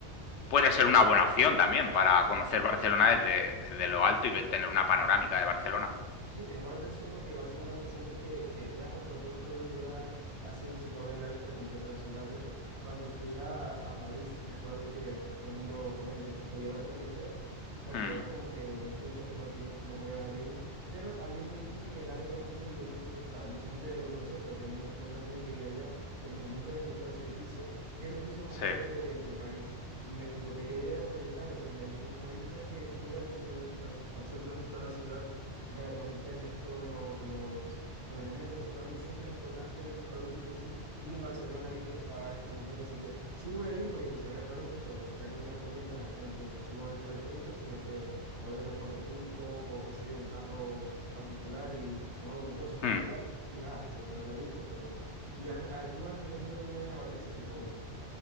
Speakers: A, on the left; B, on the right.
A: puede ser una buena opción también para
B: Sí.
A: conocer Barcelona desde, desde lo alto y ver- tener una panorámica de Barcelona.
B: Sí, me llamó la atención porque básicamente siempre que, que viajo trato de buscar un lugar así donde se pueda ver la vista completa de la ciudad. De hecho, cuando fui a, a París, recuerdo que ah, todo el mundo obviamente subió a la Torre Eiffel porque
A: Mm,
B: era como que un punto que no tiene, no podía dejar de ir. Pero había un edificio que nadie conocía y yo lo estuve, o sea, mucha gente lo conocía, pero tenía, un- tengo una amiga que vive allá que me dijo, nunca había escuchado ese edificio, que es el edificio más
A: sí.
B: alto de, de París. Y me- yo quería ir era porque, claro, desde ahí tiene una vista que cubre absoluta- as- absolutamente toda la ciudad ver la Torre Eiffel, ves todos lo- los, los elementos. Entonces, para mí siempre es importante buscar un sitio así. Y en Barcelona vi que estaba esta montaña, así que sí voy a ir porque quisiera ver la vista, pero voy- ya que me recomiendas, de repente no subo en el teleférico, sino que voy en transporte público o qué sé yo, un carro particular y un, au- un coche particular
A: Mm.
B: y nada, y se puede ver la vista, pero... ¿Y has- ah, tú has venido alguna vez a Valencia, supongo?